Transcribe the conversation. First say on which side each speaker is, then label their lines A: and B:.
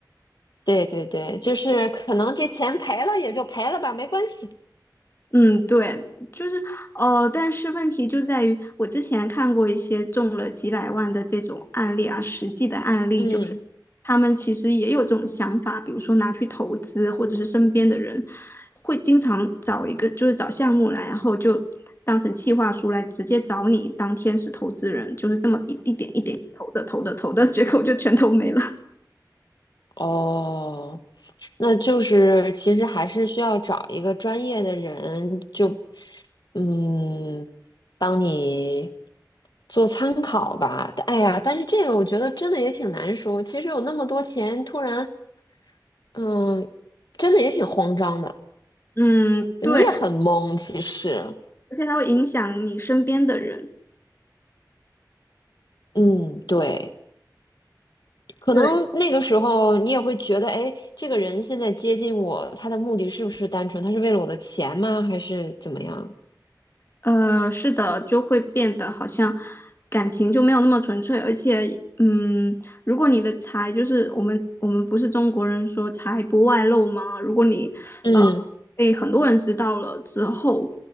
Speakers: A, on the left; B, on the left.
A: 对对对，就是可能这钱赔了也就赔了吧，没关系。
B: 嗯，对，就是呃，但是问题就在于，我之前看过一些中了几百万的这种案例啊，实际的案例，
A: 嗯，
B: 就是他们其实也有这种想法，比如说拿去投资，或者是身边的人会经常找一个，就是找项目来，然后就当成企划书来直接找你当天使投资人，就是这么一一点一点投的投的投的，<laughs> 结果就全投没了。
A: 哦，那就是其实还是需要找一个专业的人，就嗯，帮你做参考吧。哎呀，但是这个我觉得真的也挺难说。其实有那么多钱，突然嗯，真的也挺慌张的，
B: 嗯，
A: 你也很懵。
B: 对，
A: 其实，
B: 而且它会影响你身边的人。
A: 嗯，对，可能那个时候你也会觉得，
B: 对。
A: 哎，这个人现在接近我，他的目的是不是单纯？他是为了我的钱吗？还是怎么样？
B: 呃，是的，就会变得好像感情就没有那么纯粹，而且，嗯，如果你的财就是我们我们不是中国人说财不外露吗？如果你呃
A: 嗯
B: 被很多人知道了之后，